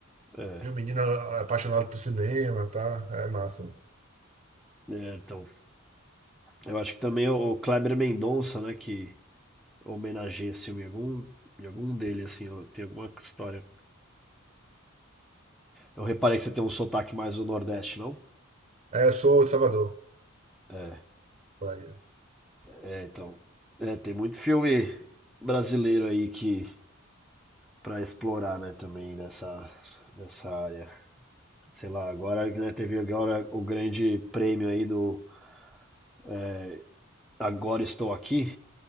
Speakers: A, in the centre; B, on the right.
A: é,
B: E o menino é apaixonado por cinema, tá? É massa.
A: É, Então, eu acho que também o Kleber Mendonça, né? Que homenageia esse filme em algum, em algum dele, assim, ó, tem alguma história. Eu reparei que você tem um sotaque mais do Nordeste, não?
B: É, eu sou de Salvador,
A: É,
B: Bahia.
A: é, então. É, tem muito filme brasileiro aí que para explorar, né, também nessa nessa área. Sei lá, agora, né, teve agora o grande prêmio aí do é, Agora Estou Aqui.